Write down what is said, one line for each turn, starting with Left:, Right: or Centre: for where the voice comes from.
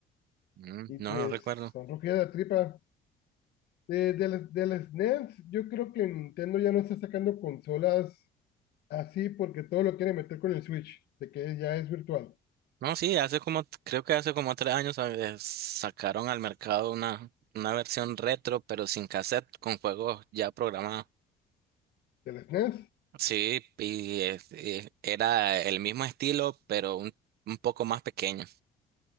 Right: Mm,
Left: Y
Right: no,
Left: pues
Right: no recuerdo.
Left: son rugidas de tripa. De, del, del SNES, yo creo que Nintendo ya no está sacando consolas Así porque todo lo quiere meter con el Switch, de que ya es virtual.
Right: No, sí, hace como, creo que hace como tres años eh, sacaron al mercado una, una versión retro, pero sin cassette, con juegos ya programados.
Left: Del SNES,
Right: Sí, y eh, eh, era el mismo estilo, pero un, un poco más pequeño.